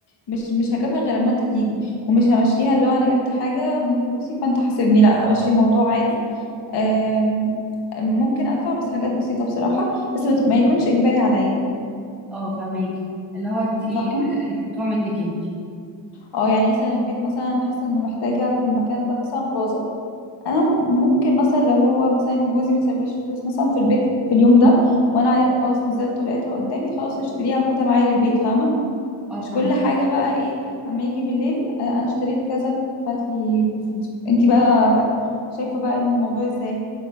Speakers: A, on the left; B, in the centre.
A: مش مش هجيبها غير اما انت تيجي ومش همشيها اللي هو انا جبت حاجه من فلوسي فانت حاسبني لا همشي الموضوع عادي آم، ممكن ادفع بس حاجات بسيطه بصراحه بس ما ما يكونش اجباري عليا
B: اه فهماكي اللي هو انت
A: فاهمة؟
B: الموضوع منك انت
A: اه يعني مثلا البيت مثلا حاسه انه محتاجه في المكان ده مثلا فازه انا مم- ممكن مثلا لو هو مثلا جوزي ما سابليش فلوس مثلا في البيت في اليوم ده وانا عاي- خلاص نزلت ولقيتها قدامي خلاص اشتريها واخدها معايا للبيت فاهمه
B: اه
A: مش
B: فاهمة
A: كل حاجه بقى ايه اما يجي بالليل آه، انا اشتريت كذا فات لي فلوس انتي بقى شايفه بقى الموضوع ازاي